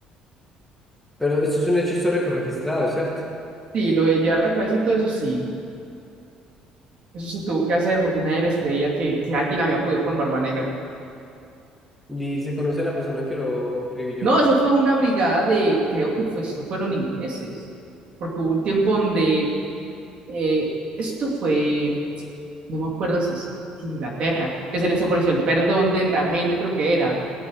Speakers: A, in the centre; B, on the right.
A: pero esto es un hecho histórico registrado, ¿cierto?
B: Sí, lo de llevar la cabeza y todo eso sí, eso se tuvo que hacer porque nadie les creía que, que alguien había podido con Barba Negra.
A: Y se conoce a la persona que lo escribió.
B: No, eso fue una brigada de, creo que fue, esto fueron ingleses, porque hubo un tiempo donde, eh, esto fue, no me acuerdo si es que Inglaterra, que se les ofreció el perdón de la reina, creo que era,